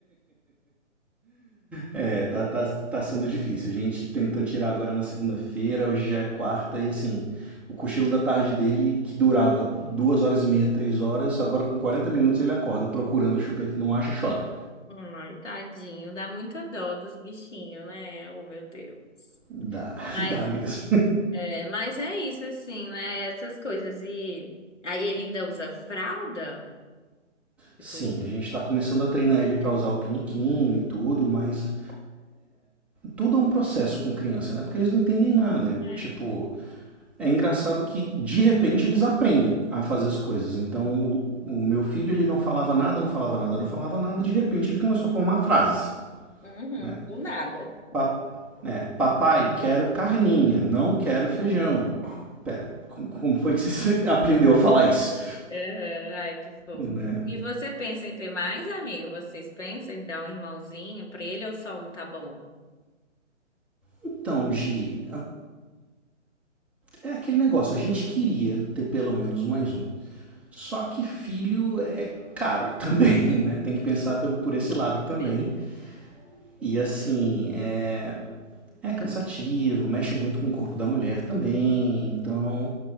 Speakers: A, in the centre; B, on the left.
A: É, tá, tá, tá sendo difícil. A gente tentou tirar agora na segunda-feira, hoje já é quarta, e assim, o cochilo da tarde dele, que durava duas horas e meia, três horas, agora com 40 minutos ele acorda procurando a chupeta e não acha, chora.
B: Ai, tadinho, dá muita dó dos bichinhos, né? Oh, meu Deus.
A: Dá,
B: Mas
A: <laughs> dá mesmo.
B: É, mas é isso, assim, né? Essas coisas. E aí ele ainda usa fralda? Tipo.
A: Sim, a gente tá começando a treinar ele para usar o piniquinho e tudo, mas tudo é um processo com criança, né? Porque eles não entendem nada.
B: É.
A: Tipo, é engraçado que de repente eles aprendem a fazer as coisas. Então, o, o meu filho, ele não falava nada, não falava nada, não falava nada, de repente ele começou a formar frases,
B: Uhum,
A: né?
B: do nada.
A: Pa- né, papai, quero carninha, não quero feijão. Pera, como foi que você <laughs> aprendeu a falar isso?
B: Aham, Ai, que fofo.
A: Né?
B: E você pensa em ter mais, amigo? Vocês pensam em dar um irmãozinho pra ele ou só um tá bom?
A: Então, Gi, É aquele negócio, a gente queria ter pelo menos mais um. Só que filho é caro <laughs> também, né? Tem que pensar pelo, por esse
B: Com
A: lado
B: certeza.
A: também. E assim, é, é cansativo, mexe muito com o corpo da mulher também. Então,